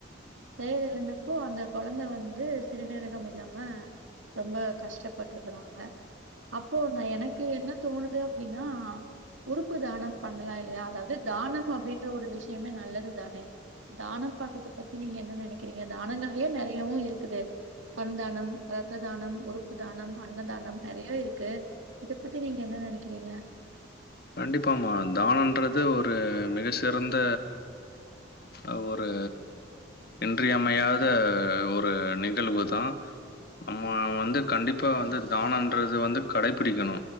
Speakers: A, on the right; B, on the left.
A: செயல் இழுந்தப்போ அந்த கொழந்த வந்து சிறுநீரகம் இல்லாம ரொம்ப கஷ்டப்பட்டுருக்கறாங்க அப்போ நா எனக்கு என்ன தோணுது அப்டின்னா உறுப்பு தானம் பண்ணலா இல்லயா அதாவ்து தானம் அப்டின்ற ஒரு விஷ்யமே நல்லது தானே தானம் பண்றத பத்தி நீங்க என்ன நெனைக்கிறீங்க தானங்கள்லியே நெறையவு இருக்குது கண் தானம் ரத்த தானம் உறுப்பு தானம் அன்னதானம் நெறைய இருக்கு இத பத்தி நீங்க என்ன நெனைக்கிறீங்க
B: கண்டிப்பாமா தானன்றது ஒரு மிக சிறந்த அ ஒரு இன்றியமையாத ஒரு நிகழ்வு தா நம்ம வந்து கண்டிப்பா வந்து தானன்றது வந்து கடைபிடிக்கணு